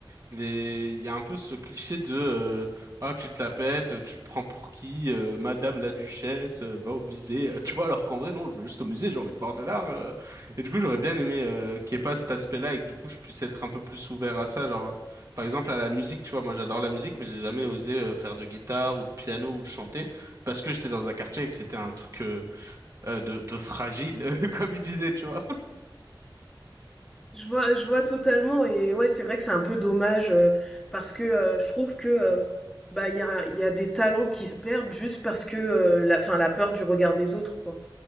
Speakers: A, on the right; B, in the centre.
A: les... Il y a un peu ce cliché de euh, ah tu te la pètes, tu te prends pour qui, euh, Madame la Duchesse, euh, va au musée, Euh, tu vois, alors qu'en vrai non, je veux juste au musée, j'ai envie de voir de l'art. euh. Et du coup j'aurais bien aimé euh, qu'il n'y ait pas cet aspect-là et que du coup je puisse être un peu plus ouvert à ça. Genre par exemple à la musique, tu vois, moi j'adore la musique, mais j'ai jamais osé euh, faire de guitare ou de piano ou de chanter parce que j'étais dans un quartier et que c'était un truc euh, euh, de, de fragile, <laughs> comme il disait, tu vois.
B: Je vois, je vois totalement et ouais, c'est vrai que c'est un peu dommage euh, parce que euh, je trouve que euh, bah il y a, il y a des talents qui se perdent juste parce que euh, la, enfin la peur du regard des autres quoi.